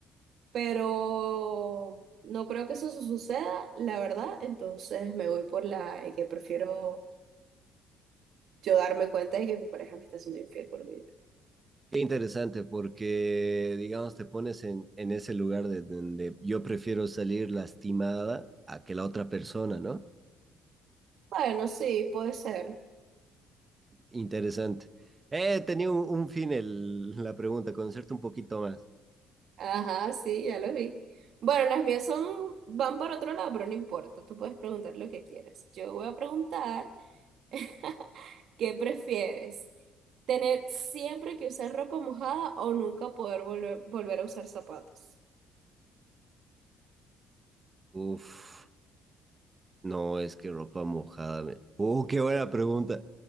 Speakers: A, on the right; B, on the right.
A: pero no creo que eso su- suceda, la verdad. Entonces me voy por la de que prefiero yo darme cuenta de que mi pareja me está haciendo infiel por video.
B: qué interesante, porque, digamos, te pones en, en ese lugar de donde yo prefiero salir lastimada a que la otra persona, ¿no?
A: Bueno, sí, puede ser.
B: Interesante. Eh, tenía un, un fin el- la pregunta, conocerte un poquito más.
A: Ajá, sí, ya lo vi. Bueno, las mías son, van para otro lado, pero no importa. Tú puedes preguntar lo que quieras. Yo voy a preguntar, <laughs> ¿qué prefieres? ¿Tener siempre que usar ropa mojada o nunca poder volver, volver a usar zapatos?
B: Uf, no, es que ropa mojada. Me... Uh, qué buena pregunta.